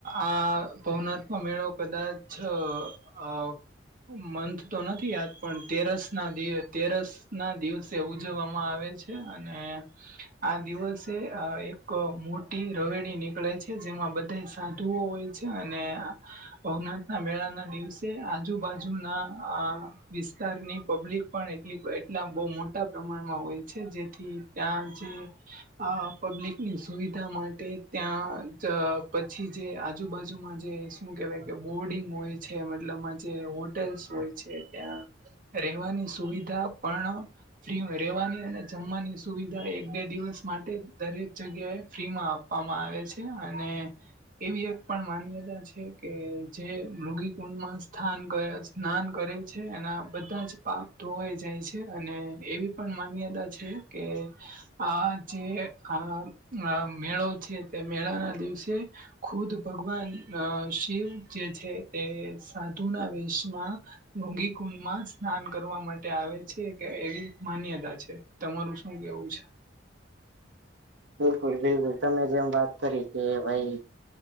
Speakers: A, on the right; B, on the right.
A: આ ભવનાથ ન મેળો કદાચ અ મંન તો નથી યાદ પણ તેરસ ના દિવ તેરસ ના દિવસે ઉજવવામાં આવે છે અને આ દિવસે એક મોટી રવેડી નીકળે છે જેમાં બધાય સાધુઓ હોય છે અને ભવનાથ ના મેળા ના દિવસે આજુબાજુના વિસ્તારની પબ્લિક પણ એટલી એટલા બહુ મોટા પ્રમાણમાં હોય છે જેથી ત્યાં જે અ પબ્લિકની સુવિધા માટે ત્યાં જ પછી જે આજુબાજુમાં જે શું કેવાય કે બોર્ડિંગ હોય છે મતલબમાં જે હો ટેલ્સ હોય છે ત્યાં રહેવાની સુવિધા પણ ફ્રી રેવાની અને જમવાની સુવિધા એક બે દિવસ માટે દરેક જગ્યાએ ફ્રીમાં આપવામાં આવે છે અને એવી એક પણ માન્યતા છે કે જે મૃગી કુંડમાં સ્થાન કરે સ્નાન કરે છે એના બધા જ પાપ ધોવાઈ જાય છે અને એવી પણ માન્યતા છે કે આ જે આ અ મેળો છે તે મેળાના દિવસે ખુદ ભગવાન શિવ જે છે તે સાધુના વેશમાં મોગી કુંડમાં સ્નાન કરવા માટે આવે છે કે એવી માન્યતા છે તમારું શું કેવું છે
B: બિલકુલ બિલકુલ તમે જેમ વાત કરી કે ભાઈ